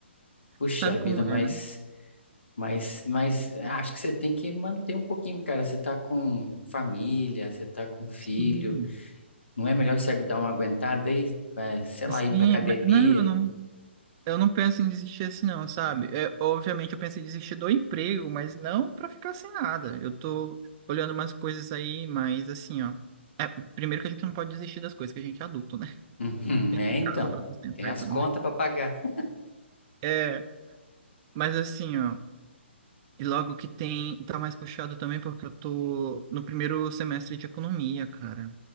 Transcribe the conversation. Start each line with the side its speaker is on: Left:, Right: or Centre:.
Left: Puxa
Right: Sabe
Left: vida,
Right: como
Left: mas,
Right: é, né?
Left: mas, mas acho que você tem que manter um pouquinho, cara. Você tá com família, você tá com filho.
Right: Sim,
Left: Não é melhor você dar uma aguentada aí? Vai, sei lá,
Right: sim,
Left: ir pra academia?
Right: mas- não, eu não, eu não penso em desistir assim, não, sabe? É, obviamente eu penso em desistir do emprego, mas não pra ficar sem nada. Eu tô olhando umas coisas aí, mas assim, ó. É, primeiro que a gente não pode desistir das coisas, que a gente é adulto, né?
Left: Uhum,
Right: A gente
Left: é,
Right: tem casa
Left: então.
Right: pra sustentar
Left: Tem as
Right: e tudo
Left: contas
Right: mais.
Left: pra pagar. <laughs>
Right: É, mas assim, ó. E logo que tem, tá mais puxado também, porque eu tô no primeiro semestre de economia, cara.